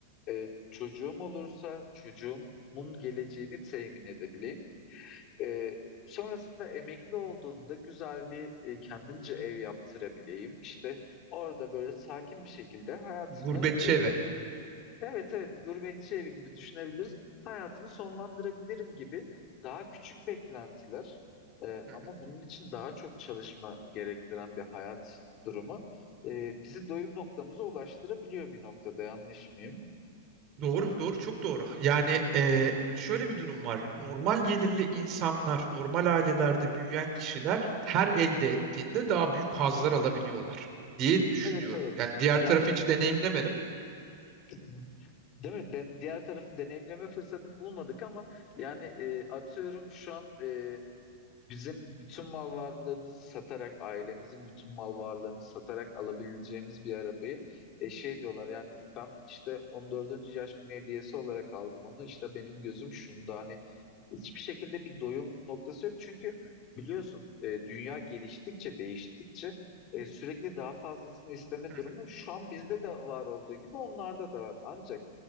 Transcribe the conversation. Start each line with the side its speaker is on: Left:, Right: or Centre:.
Left: e, çocuğum olursa çocuğumun geleceğini temin edebileyim. Ee, sonrasında emekli olduğumda güzel bir e, kendimce ev yaptırabileyim. İşte orada böyle sakin bir şekilde hayatımı
Right: Gurbetçi
Left: e,
Right: evi.
Left: evet evet gurbetçi evi gibi düşünebiliriz. Hayatımı sonlandırabilirim gibi daha küçük beklentiler e,
Right: Hı.
Left: ama bunun için daha çok çalışma gerektiren bir hayat durumu e, bizi doyum noktamıza ulaştırabiliyor bir noktada yanlış mıyım?
Right: Doğru, doğru, çok doğru. Yani eee, şöyle bir durum var. Normal gelirli insanlar, normal ailelerde büyüyen kişiler her elde ettiğinde daha büyük hazlar alabiliyorlar diye düşünüyorum.
Left: Evet evet.
Right: Yani diğer
Left: Yani
Right: tarafı hiç deneyimlemedim.
Left: <laughs> Değil mi? De- diğer tarafı deneyimleme fırsatı bulmadık ama yani e, atıyorum şu an e, Bizim bütün mal varlığımızı satarak, ailemizin bütün mal varlığını satarak alabileceğimiz bir arabayı e, şey diyorlar yani ben işte on dördüncü yaş günü hediyesi olarak aldım onu. işte benim gözüm şunda hani hiçbir şekilde bir doyum noktası yok. Çünkü biliyorsun e, dünya geliştikçe, değiştikçe e, sürekli daha fazlasını isteme
Right: Hı
Left: durumu
Right: hı,
Left: şu an bizde de var olduğu gibi onlarda da var. Ancak